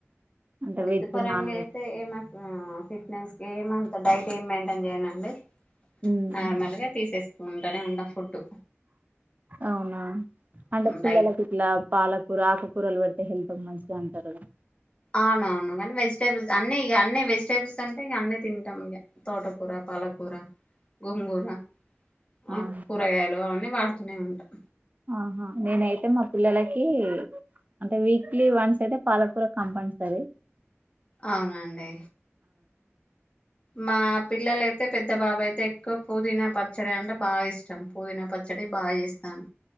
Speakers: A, on the right; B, on the left.
A: అంటే
B: వెళ్తు
A: వెజ్
B: పర్ంగా
A: నాన్ వెజ్
B: అయితే ఏమ ఆ ఫిట్నెస్ క ఏమంత డైట్ ఏమి మెయింటైన్ చేయనండి
A: ఉమ్
B: నార్మల్ గా తీసేస్త ఉంటనే ఉండం ఫుడ్డు
A: అవునా అంటే పిల్లల
B: డైట్
A: ఇట్లా పాలకూర ఆకకూరలు పెడుతు హెల్త్ కి మంచిగా ఉంటది గా
B: అవునవును కానీ వెజిటబుల్స్ అన్ని ఏయ్ అన్నీ వెజిటేబుల్స్ అంటే అన్నీ తిన్ టామ్ తోటకూర పాలకూర గొంగూర ఆ
A: ఆహా
B: కూరగాయలు అన్నీ వాడత తూనే ఉంటాం
A: ఆహా నేనైతే మా పిల్లలకి అంటే వీక్లీ వన్స్ అయితే పాలకూర కంపఅన్డ్ సరీ
B: అవునండి మా పిల్లల అయితే పెద్ద బాబు అయితే ఎక్కువ పుదీనా పచ్చడి అంటే బాగా ఇష్టం పుదీనా పచ్చడి బాగా చేస్తాను